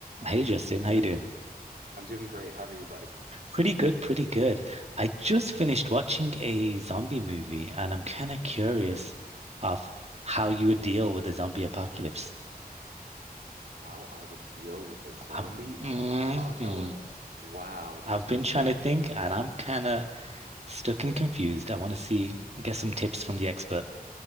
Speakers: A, on the right; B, on the right.
A: Hey Justin, how you doing?
B: I'm doing great. How are you, buddy?
A: Pretty good, pretty good. I just finished watching a zombie movie and I'm kind of curious of how you would deal with a zombie apocalypse.
B: How I would deal with a zombie
A: I'm, Mhm.
B: apocalypse. Wow, that's
A: I've
B: quite
A: been
B: the
A: trying
B: question.
A: to think and I'm kind of stuck and confused. I want to see, get some tips from the expert.